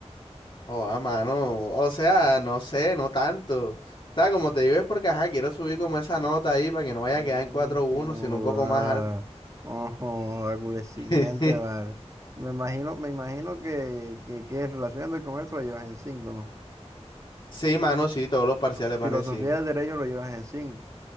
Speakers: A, on the left; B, on the right.
A: Oh, a mano. O sea, no sé, no tanto. O sea, como te digo es porque, ajá, quiero subir como esa nota ahí para que no vaya
B: Mm,
A: a quedar en cuatro uno
B: joda,
A: sino un poco más alto.
B: no, joda, cool, exigente,
A: <laughs>
B: ¿vale? Me imagino, me imagino que, que, que en relaciones del comercio lo llevas en cinco ¿no?
A: Sí, mano, sí, todos los parciales
B: No, Filosofía
A: van en cinco
B: del derecho lo llevas en cinco